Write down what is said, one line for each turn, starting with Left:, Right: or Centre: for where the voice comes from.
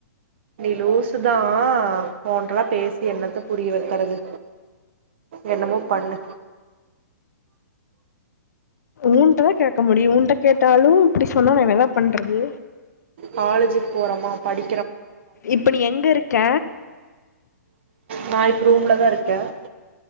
Right: லூசு தான் உன்கிட்ட எல்லா பேசி என்னத்த புரிய வைக்கிறது என்னமோ பண்ணு
Left: ஊன்ட்டதான் கேட்க முடியும் ஊன்ட்ட கேட்டாலும் இப்படி சொன்ன நான் என்னதா பண்றது
Right: காலேஜுக்கு போறமா படி
Left: இப்ப நீ எங்க இருக்க
Right: நான் இப்போ ரூம்ல தான் இருக்கேன்